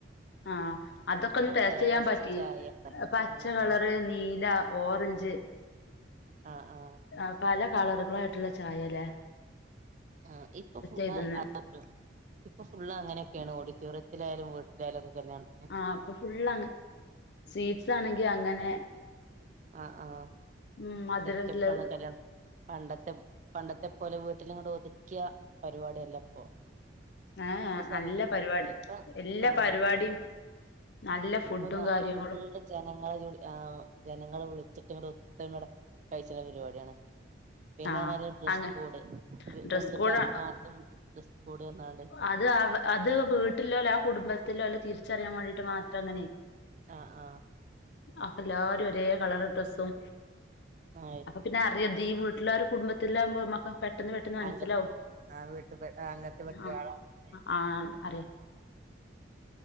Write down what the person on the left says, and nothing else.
ആഹ് അതൊക്കെ ഒന്ന് ടേസ്റ്റ്യ്യാൻ
പറ്റി
പച്ച
കളറ്
നീല ഓറഞ്ച് ഞ്ച്
ആ പല കളറുകളായിട്ടുള്ള ചായലെ
ചെയ്തന്ന്
ആഹ് ഇപ്പൊ ഫുൾ അങ്ങ് സ്വീറ്റ്സ് ആണെങ്കി അങ്ങനെ
ഉം, മധുരത്തില്
ആഹ് യേ
നല്ല പരിപാടി
എല്ലാ
പരിപാടിയും നല്ല ഫുഡും
കാര്യങ്ങളും
ആ
അങ്ങ ഡ്രസ്
കോഡ്
അത് അത് വീട്ടിലോ അല്ല ആ കുടുംബത്തിലോല്ല തിരിച്ചറിയാൻ വേണ്ടിയിട്ട് മാത്രം അങ്ങനെ
അപ്പ എല്ലാരും ഒരേ കളറ് ഡ്രസ്സും
അപ്പൊ പിന്നെ അറിയത് ഈ വീട്ടിലാരു കുടുംബത്തിലാകുമ്പോക്ക പെട്ടെന്ന് പെട്ടെന്ന് മനസ്സിലാവും
ആഹ്
ആഹ് അറിയ